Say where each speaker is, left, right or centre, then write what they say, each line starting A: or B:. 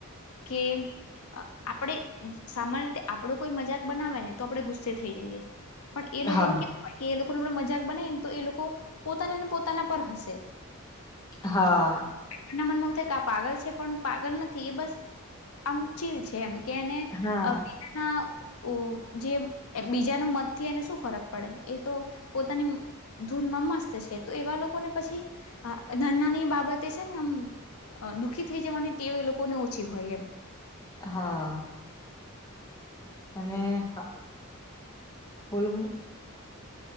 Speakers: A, on the left; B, on the left.
A: કેમ આપણેે સામાન્ય રીતે આપડો કોઈ મજાક બનાવે ને તો આપડે ગુસ્સે થઈ જઈએ પણ એ લોકોને
B: હા,
A: કે એ લોકો મજાક બને ને તો એ લોકો પોતાના ને પોતાના પર હશે
B: હા
A: એના મનમાં આ પાગલ છે પણ પાગલ નથી એ બસ આમ ચીલ છે એમ કેને
B: હા,
A: અમ બીના ઓ જે બીજાના મતથી એને શું ફરક પડે એ તો પોતાની ધૂન મસ્ત છે તો એવા લોકોને પછી ધનાની બાબતે છે ને આમ અ દુઃખી થઈ જવાની તે એ લોકોને ઓછી હોય એમ
B: હા અને આ બોલો બોલો